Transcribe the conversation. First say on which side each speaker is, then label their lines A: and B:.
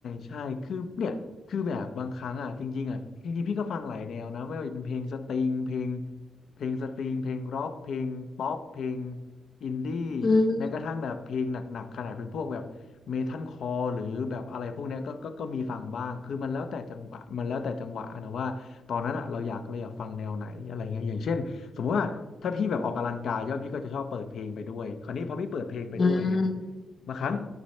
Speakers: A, on the left; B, on the left.
A: ใช่คือเนี่ยคือแบบบางครั้งอ่ะจริงๆอ่ะจริงๆพี่ก็ฟังหลายแนวนะไม่ว่าจะเป็นเพลงสตริงเพลงเพลงสตริงเพลงร็อกเพลงป๊อปเพลงอินดี้
B: อืม
A: แม้กระทั่งแบบเพลงหนักๆขนาดเป็นพวกแบบเมทัลคอร์หรือแบบอะไรพวกเนี้ยก็ก็ก็มีฟังบ้างคือมันแล้วแต่จังหวะมันแล้วแต่จังหวะอะนะว่าตอนนั้นอ่ะเราอยากเราอยากฟังแนวไหนอะไรเงี้ยอย่างเช่นสมมติว่าถ้าพี่แบบออกกำลังกายใช่ไหมพี่ก็จะชอบเปิดเพลงไปด้วยคราวนี้พอพี่เปิดเพลงไปด้วยเนี่ย
B: อืม
A: บางครั้ง